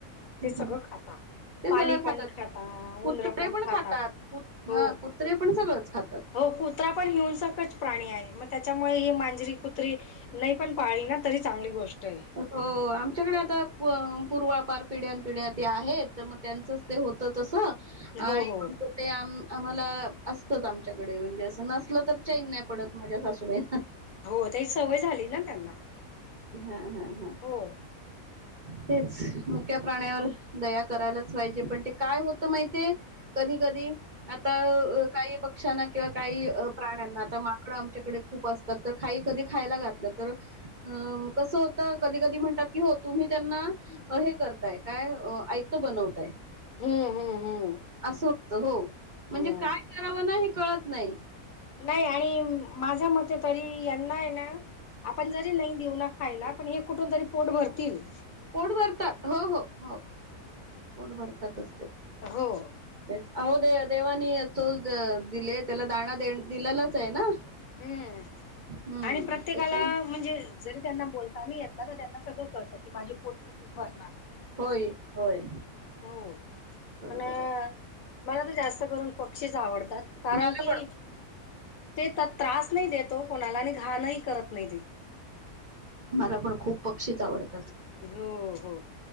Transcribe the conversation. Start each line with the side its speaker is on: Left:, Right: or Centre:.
Left: ते
Right: हं.
Left: सगळं खाता
Right: ते
Left: पाली
Right: सगळं खातात.
Left: पण खाता
Right: कुत्रे
Left: उंदर पण खाता
Right: खातात. कुत
Left: हो
Right: हां, कुत्रे पण सगळंच खातात.
Left: हो कुत्र पणेऊन प्राणी आहे मग त्याच्यामुळे ही मांजरी कुत्री नाही पण पाळली ना तरी चांगली गोष्ट आहे
Right: हो आमच्याकडे
Left: हो
Right: आता पूर्वा पिढ्या पिढ्या ते आहेत तर मग त्यांचच ते होत तस आणि
Left: हो हो
Right: आ ते आम्हाला असतच आमच्याकडे म्हणजे अस नसलं तर चाईन नाही पडत माझ्या सासूबाईंना
Left: हो ते एक सवय झाली ना त्यांना
Right: हा हा हा
Left: हो
Right: <inaudible> तेच मुख्या प्राण्यावर दया करायलाच पाहिजे पण ते काय होतं माहितिये कधी कधी आता काही पक्ष्यांना किंवा काही प्राण्यांना आता माकडं खप असतात खा कधी खायला घातलं तर कस होत कधी कधी म्हणतात क तुम्ही त्यांना हे करताय काय ऐतं बनवताय
Left: हम्म हम्म हम्म
Right: असं होत हो म्हणजे
Left: हम्म
Right: काय करावं ना हे कळत नाही
Left: नाही आणि माझ्या मते तरी ना आपण जरी नाही देऊ ना खायला पण हे कुठ तरी पोट भरतील
Right: पोट भरतात हो हो हो पोट भरतातचते
Left: हो
Right: अहो दे देवानी चोच दिले त्याला दाणा दे दिलेलाच आहे ना
Left: हम्म
Right: हम्म
Left: आणि प्रत्येकाला
Right: त्याच्या
Left: म्हणजे जरी त्यांना बोलता नाही येत न त्यांना सगळं कळतं की माझे पोट कुठून भरणार
Right: होय होय
Left: हो
Right: बरोबर
Left: पण
Right: आहे
Left: मला तर जास्त करून पक्षीच आवडत कारण
Right: मला
Left: की
Right: पण
Left: ते त्रास नाही देत तो कोणाला आणि घाणही करत नाही ते
Right: मला पण खूप पक्षीच आवडत
Left: हो हो